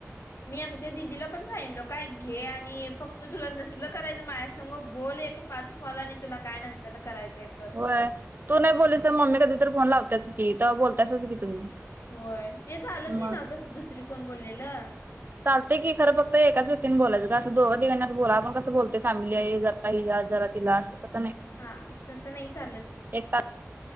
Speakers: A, on the left; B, on the right.
A: मी आमच्या दिदीला पण सांगलो काय, घे आणि फक्त तुला नसल करायचं, माझ्या संग बोल एक पाच कॉल आणि तुला काय, नंतरन करायचाय.
B: होय, तू नाही बोलीस तर, मम्मी कधी तर फोन लावतेच की, तर बोलतासाच की तुम्ही.
A: होय ते चालंत
B: मग
A: नाही ना तसं, दुसरी कोण बोलेलं.
B: चालते की खरं, फक्त एकाच व्यक्तीनी बोलायचं, काय असं दोघ तिघांनां बोला आपण कस बोलतो फॅमिली आहे. जरा काही आजार आहे, तिला अस‌ तसं नाही.
A: हा, तसं नाही चालत.
B: एकटा